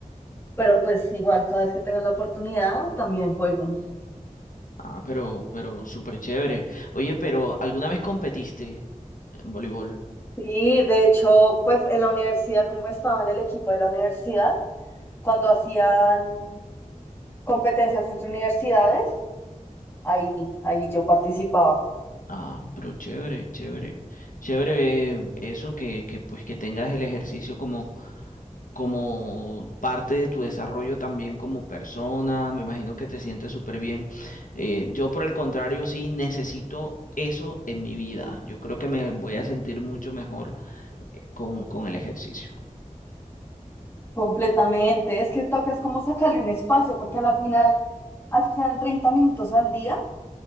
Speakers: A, on the left; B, on the left.
A: pero pues igual cada vez que tengo la oportunidad también juego.
B: Ah, pero, pero súper chévere. Oye, pero ¿alguna vez competiste en voleibol?
A: Sí, de hecho, pues en la universidad, como estaba en el equipo de la universidad, cuando hacían competencias entre universidades, ahí, ahí yo participaba
B: Ah, pero chévere, chévere. Chévere eh, eso que, que pues que tengas el ejercicio como como parte de tu desarrollo también como persona, me imagino que te sientes súper bien. Eh, yo por el contrario, sí necesito eso en mi vida. Yo creo que me voy a sentir mucho mejor con, con el ejercicio.
A: completamente. Es que toca es como sacarle un espacio, porque a la final, así sean 30 minutos al día,